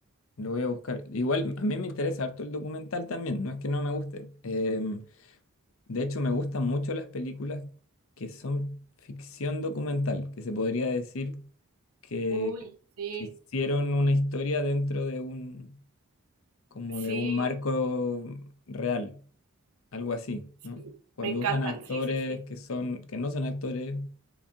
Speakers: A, on the left (about 65°); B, on the right (about 80°).
A: Lo voy a buscar. Igual a mí me interesa harto el documental también, no es que no me guste. Em, de hecho, me gustan mucho las películas que son ficción documental, que se podría decir que,
B: Uy, sí,
A: que hicieron una historia dentro de un, como
B: sí,
A: de un marco real. algo así,
B: sí,
A: ¿no? Cuando
B: me encantan,
A: usan actores
B: sí, sí, sí.
A: que son, que no son actores,